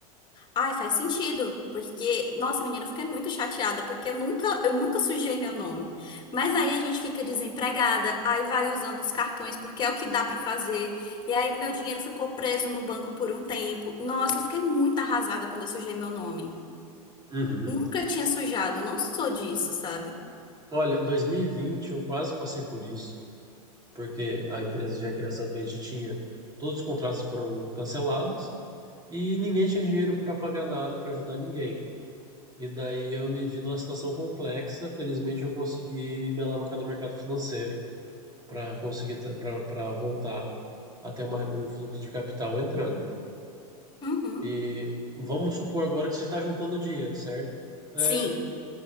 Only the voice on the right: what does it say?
Uhum.
Olha, 2020 eu quase passei por isso, porque a empresa de recreação que a gente tinha, todos os contratos foram cancelados e ninguém tinha dinheiro para pagar nada, para ajudar ninguém. E daí eu me vi numa situação complexa. Felizmente eu consegui me alavancar no mercado financeiro para conseguir para voltar a ter uma- um fluxo de capital entrando.
E vamos supor agora que você está juntando dinheiro, certo? É,